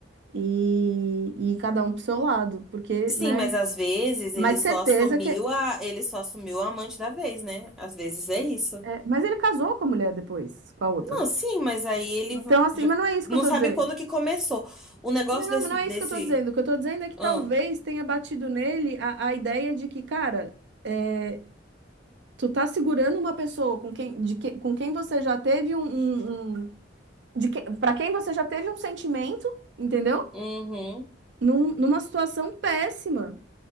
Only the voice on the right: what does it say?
E, e cada um pro seu lado, porque,
né?
Mas
certeza
que.
é, mas ele casou com a mulher depois, com a outra.
Então,
assim,
mas não é isso
que eu tô
dizendo.
Não,
mas não
é isso que eu tô dizendo. O que eu tô dizendo é que talvez
tenha batido nele a, a ideia de que, cara, é, tu tá segurando uma pessoa com quem, de que, com quem você já teve um, um- um- de que, para quem você já teve um sentimento, entendeu?
Num- numa situação péssima,